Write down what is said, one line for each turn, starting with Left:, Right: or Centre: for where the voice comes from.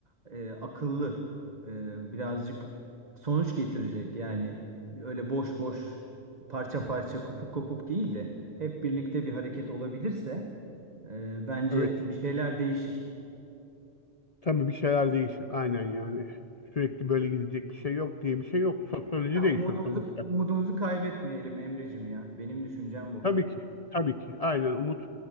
Right: e, akıllı e, birazcık sonuç getirecek. Yani öyle boş boş, parça parça, kopuk kopuk değil de hep birlikte bir hareket olabilirse e, bence
Left: Evet.
Right: bir şeyler değişir.
Left: Tabii bir şeyler değişir. Aynen yani. Sürekli böyle gidecek bir şey yok diye bir şey yok. Sosyoloji
Right: Ya
Left: değişiyor
Right: umudumuzu
Left: sonuçta.
Right: umudumuzu kaybetmeyelim emrecim ya. Benim düşüncem bu.
Left: Tabii ki. Tabii ki. Aynen umut.